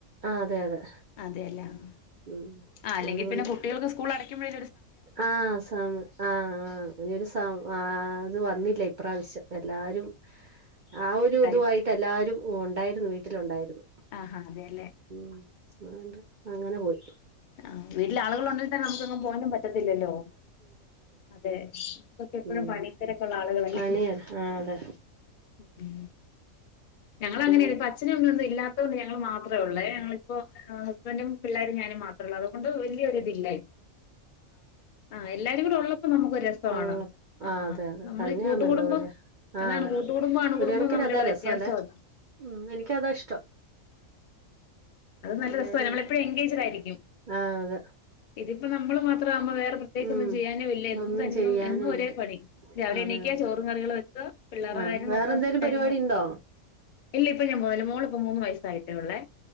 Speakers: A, on the right; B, on the left.
A: ആ അതെ അതെ
B: അതെല ആ ഹ്
A: ഉം
B: അല്ലെങ്കിൽ
A: അതുകൊണ്ട്
B: പിന്നെ കുട്ടികൾക്ക് സ്കൂൾ അടക്കുമ്പോഴ
A: ആഹ് സമ ആഹ് ആഹ് നൊരു സം ആഹ് അത് വന്നില്ല ഇപ്രാവശ്യം എല്ലാരും ആ ഒരു
B: ഇതായി
A: ഇതുവായിട് ട്ട് എല്ലാരും ഉണ്ടായിരുന്നു വീട്ടിലുണ്ടായിരുന്നു
B: ആഹാ അതെല്ലെ
A: ഉം അതോണ്ട് അങ്ങനെ പോയി
B: ആഹ് വീട്ടില് ആളുകൾ ഉണ്ടങ്കി തന്നെ നമുക്ക് എങ്ങും പോവാനും പറ്റത്തില്ലല്ലോ അതെ നമക്കൊക്കെ എപ്പോളും
A: ഉം
B: പണി തെരക്കുള്ള ആളുകളല്ലെ
A: പണിയാ ആഹ് അതെ
B: ഉം ഞങ്ങള
A: പിന്നെ
B: അങ്ങനെ ഒര് പ അച്ഛനും അമ്മ ഒന്നും ഇല്ലാത്തതോണ്ട് ഞങ്ങള് മാത്രേ ഉള്ളേ ഞങ്ങളിപ്പോ ഹസ്ബന്റും പിള്ളേരും ഞാനും മാത്രേ ഉള്ളതുകൊണ്ട് വല്ല്യ ഒരിതി ഇല്ലായി ആഹ് എല്ലാരും കൂടെ ഉള്ളപ്പോ നമുക്ക് രസമാണ്
A: ഉള്ള
B: ആഹ്
A: അതെ അതെ
B: നമ്മളീ
A: തന്നെയാവുമ്പോ
B: കൂട്ടു കുടുമ്പം
A: എന്തോ പോലെയാ ആഹ്
B: അതാണ്
A: അതെ
B: കൂട്ടുകടുമ്പോ അണുകുടുംമ്പോ
A: ഒരു കണക്കിന്
B: തമ്മിലുള്ള
A: അതാ രസല്ലേ
B: വ്യത്യാസം അത
A: ഉം എനിക്ക് അതാ ഇഷ്ടം
B: അത് നല്ല
A: എല്ലാരുമായിട്ട്
B: രസാണ് നമ്മള് എപ്പോഴും എങ്കേജ്ഡ് ആയിരിക്കും
A: ആഹ് അതെ
B: ഇതിപ്പോ നമ്മള് മാത്രം ആവുമ്പോ വേറെ പ്രത്യേകിച്ചൊന്നും
A: ഉം
B: ചെയ്യാനും ഇല്ല എന്നും
A: ഒന്നും
B: ഇതെന്നെ
A: ചെയ്യാനും
B: എന്നും ഒരേ
A: ഇല്ല
B: പണി രാവിലെ
A: അതെ
B: എണീക്ക
A: അതെ
B: ചോറും കറികളും വെക്ക പിള്ളേരുടെ
A: ആഹ്
B: കാര്യം
A: വേറെന്തേലും
B: നോക്കും ഹസ്ബൻഡ്
A: പരിപാടി
B: കാര്യം നോക്കു
A: ഇണ്ടോ
B: ഇല്ല ഇപ്പൊ ഞാൻ പോവലില്ല മോളിപ്പ മൂന്ന് വയസ്സായിട്ടേ ഉള്ളെ